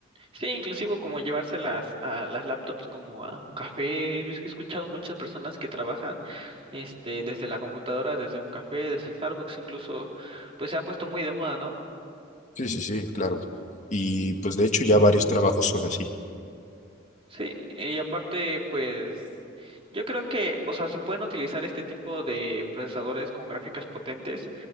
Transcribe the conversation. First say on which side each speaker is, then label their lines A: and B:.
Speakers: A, on the right; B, on the left.
A: Sí, inclusive como llevárselas a las laptops como a un café. He vis- he escuchado muchas personas que trabajan este desde la computadora, desde un café, desde Starbucks incluso, pues se ha puesto muy de moda, ¿no?
B: Sí, sí, sí, claro. Y pues de hecho ya varios trabajos son así.
A: Sí, y aparte, pues yo creo que, o sea, se pueden utilizar este tipo de procesadores con gráficas potentes